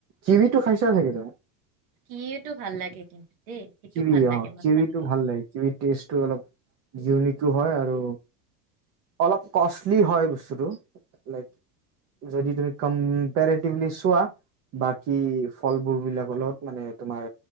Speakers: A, on the right (about 35°); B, on the right (about 65°).
A: কিৱিটো খাইছা চাগে তুমি
B: কিৱিটো ভাল লাগে কিন্তু দেই সেইটো
A: কিৱি
B: ভাল লাগে
A: অ
B: মই
A: কিৱিটো
B: পাওঁ
A: ভাল লাগে কৱিৰ টেষ্টটো অলপ ইউনিক হয় আৰু অলপ কষ্টলি হয় বস্তুটো লাইক যদি তুমি কম্পেৰেটিভলি চোৱা বাকী ফলবোৰ বিলাকৰ লগত মানে তোমাৰ